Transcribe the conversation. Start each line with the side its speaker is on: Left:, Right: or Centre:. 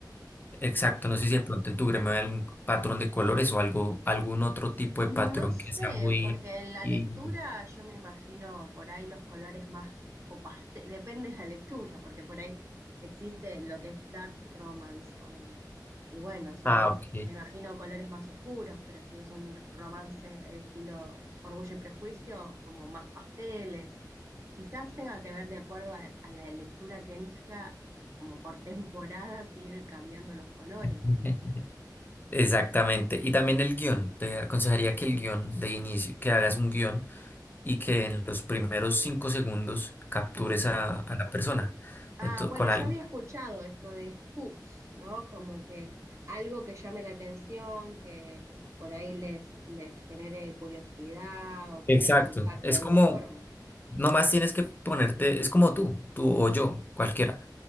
Left: Exacto.
Right: claro.
Left: No sé si de pronto en tu gremio hay algún patrón de colores o algo, algún otro tipo
Right: No
Left: de patrón
Right: sé,
Left: que sea muy...
Right: porque en la
Left: y-
Right: lectura yo me imagino por ahí los colores más o paste- depende de la lectura, porque por ahí existe lo que es dark romance, ponele. Y bueno, son,
Left: Ah, ok.
Right: me imagino colores más oscuros, pero si es un romance estilo Orgullo y Prejuicio, como más pasteles. Quizás tenga que ver de acuerdo a, a la lectura que elija, como por temporadas ir cambiando los colores,
Left: <laughs>
Right: ¿no?
Left: Exactamente. Y también el guión. Te aconsejaría que el guión de inicio, que hagas un guión. y que en los primeros cinco segundos captures
Right: Mm.
Left: a, a la persona
Right: Ah,
Left: Ento-
Right: bueno,
Left: con
Right: yo
Left: algo.
Right: había escuchado esto de hooks, ¿no? Como que algo que llame la atención, que por ahí les, les genere curiosidad o que
Left: Exacto.
Right: se le impacte
Left: Es
Right: de alguna
Left: como,
Right: forma.
Left: nomás tienes que ponerte, es como tú, tú o yo, cualquiera.